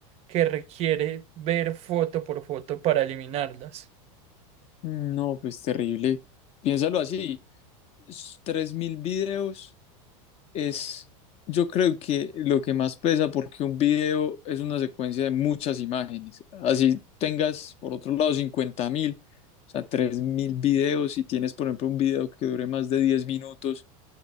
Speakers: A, on the right (about 35°); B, on the left (about 35°).
A: que requiere ver foto por foto para eliminarlas.
B: Mm, No, pues terrible. Piénsalo así s- 3.000 videos es, yo creo que lo que más pesa porque un video es una secuencia de muchas imágenes. Así tengas, por otro lado, cincuenta mil o sea, 3.000 videos. Si tienes, por ejemplo, un video que dure más de 10 minutos,